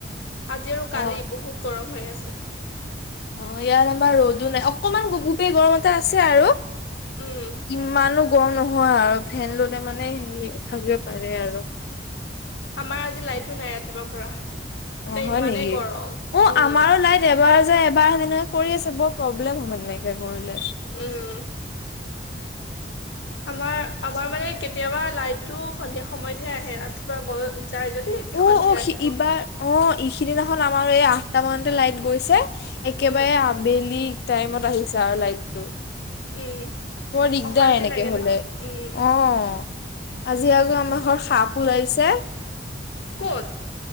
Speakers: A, on the left; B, on the left.
A: আজি আৰু কালি
B: অ',
A: বহুত গৰম হৈ আছে।
B: অ', ইয়াত আমাৰ ৰ'দো নাই অকনমান গোপ গুপীয়া গৰম এটা আছে আৰু।
A: উম
B: ইমানো গৰম নহয় আৰু ফেন ল'লে মানে হে থাকিব পাৰে আৰু।
A: আমাৰ আজি লাইটো নাই ৰাতিপুৱাৰ পৰা। তাতে
B: অ', হয়,
A: ইমানেই
B: নেকি
A: গৰম
B: অ',
A: উম
B: আমাৰো লাইন এবাৰ জাই এবাৰ আহে তেনেকেই কৰি আছে বৰ প্ৰব্লেম হয় মানে এনেকে কৰিলে।
A: উম আমাৰ আমাৰ মানে কেতিয়াবা লাইটটো সন্ধিয়া সময়তহে আহে ৰাতিপুৱা গল যাই যদি একে
B: অ
A: সন্ধিয়া
B: অ সি
A: আহিব।
B: ইবাৰ অ', ই সিদিনাখন আমাৰ এই আঠটা মানতে লাইট, গৈছে একেবাৰে
A: উম
B: আবেলি টাইমত আহিছে আৰু লাইট টো।
A: উম
B: বৰ দিগদাৰ
A: অশান্তি
B: এনেকে
A: লাগে
B: হলে
A: ন
B: অ'।
A: উম
B: আজি আকৌ আমাৰ ঘৰত সাপ ওলাইছে।
A: ক'ত?